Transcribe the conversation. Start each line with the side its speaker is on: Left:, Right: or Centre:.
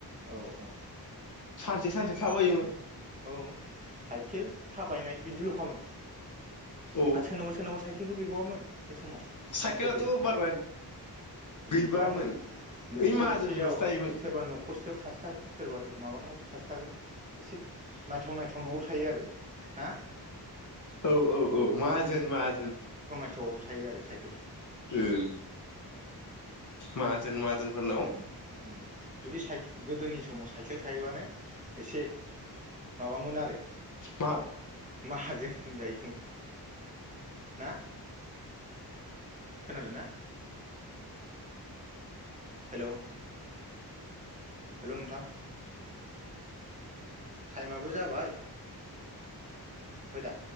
Right: औ औ
Left: सानसे सानसे थाबयोमोन
Right: औ साइकेल थाबायनाय बिदिल'खामोन
Left: औ
Right: आरो सोरनावबा सोरनावबा साइकेलबो गैबाव बहामोन? बे समाव
Left: साइकेलाथ'
Right: गोदो
Left: बारा गैबामोन
Right: गैबावामोन न'खरसेयाव
Left: ओइ माहाजोनफोरनावसो थायोमोन
Right: सोरबा न'खरसेयाव सासे थागोन सोरबा माबानावबो सासे थागोन एसे नायथाव नायथाव न'आवल' थायो आरो ना?
Left: औ औ औ माजोन माजोन
Right: थआवल' थायो आरो साइ
Left: उम माजोन माजोन फोरनाव
Right: उम उम जुदि साय गोदोनि समाव साइकेल थायोबानो एसे माबामोन आरो
Left: मा
Right: माहाजोन जायोमोन ना खोनादोंना हेलौ हेलौ नोंथां टाइमाबो जाबाय फय दा